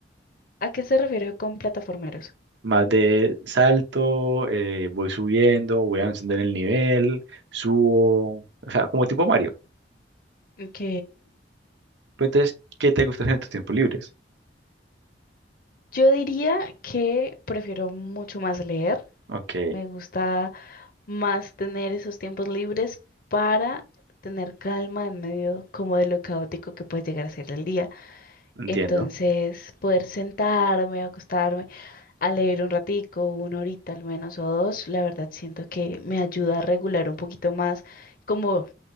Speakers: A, on the left; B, on the right.
A: ¿A qué se refiere con plataformeros?
B: más de salto, eh, voy subiendo, voy avanzando en el nivel, subo, o sea, como tipo Mario.
A: Ok.
B: Pero entonces, ¿qué te gusta hacer en tus tiempos libres?
A: Yo diría que prefiero mucho más leer.
B: Ok,
A: Me gusta. más tener esos tiempos libres para tener calma en medio como de lo caótico que puede llegar a ser el día.
B: entiendo.
A: Entonces, poder sentarme o acostarme a leer un ratico, una horita al menos o dos, la verdad siento que me ayuda a regular un poquito más como